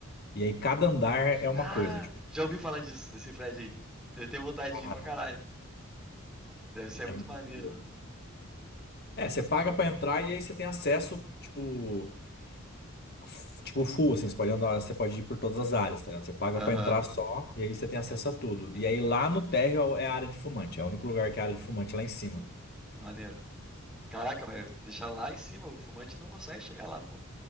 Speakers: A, on the left; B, in the centre.
A: e aí cada andar é uma
B: Ah,
A: coisa. Tipo,
B: já ouvi falar disso, desse prédio aí. Eu tenho vontade
A: cara,
B: de ir pra caralho. Deve ser
A: é
B: muito
A: muito
B: maneiro,
A: louco.
B: mano.
A: É, você paga pra entrar e aí você tem acesso, tipo, f- tipo full, assim, você pode andar, você pode ir por todas as áreas, tá ligado? Você paga
B: Aham,
A: pra entrar só, e aí você tem acesso a tudo. E aí lá no térreo é a área de fumante, é o único lugar que é a área de fumante lá em cima.
B: maneiro. Caraca, mas deixar lá em cima, o fumante não consegue chegar lá, pô.